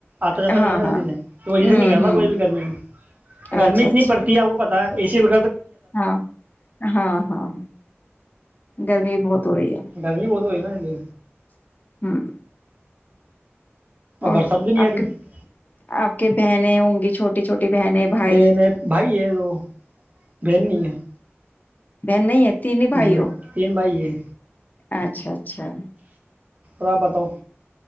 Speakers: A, on the right (about 35°); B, on the left (about 40°).
A: آتا جاتا نہیں
B: ہاں
A: نا جلدی
B: ہاں
A: سے تو وجہ
B: ہوں
A: سے نہیں کرتا
B: ہوں
A: کوئی بھی گرمی گرمی
B: اچھا
A: اتنی
B: اچھا
A: پڑتی ہے آپ کو پتا ہے اس سی ب
B: ہاں ہاں ہاں گرمی بہت ہو رہی ہے
A: گرمی بہت ہوئی نا اے
B: ہوں اور
A: برسات بھی نہیں
B: آپ
A: آ رہی
B: کے آپ کے بہنیں ہوں گی چھوٹی چھوٹی بہنیں بھائی
A: ب نے بھائی ہے تو بہن نہیں ہے
B: ب نہیں ہے تین بھائیو
A: جی تین بھائی ہے
B: اچھا اچھا
A: را بتاؤ